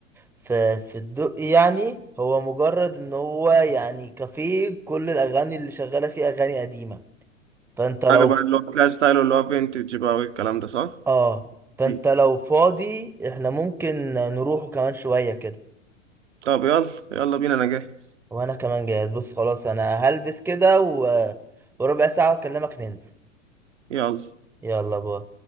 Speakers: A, in the centre; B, on the right.
A: في في الدق يعني هو مجرد ان هو يعني كافيه كل الاغاني اللي شغاله فيه اغاني قديمه فانت لو
B: حاجة بقى
A: ف...
B: اللي هو تلاقي ستايل اللي هو فينتج بقى والكلام ده صح؟
A: اه فانت
B: دي.
A: لو فاضي احنا ممكن نروحه كمان شويه كده
B: طب يلا يلا بينا انا جاهز
A: وانا كمان جاهز بص خلاص انا هلبس كده و... وربع ساعة اكلمك ننزل
B: يلا
A: يلا باي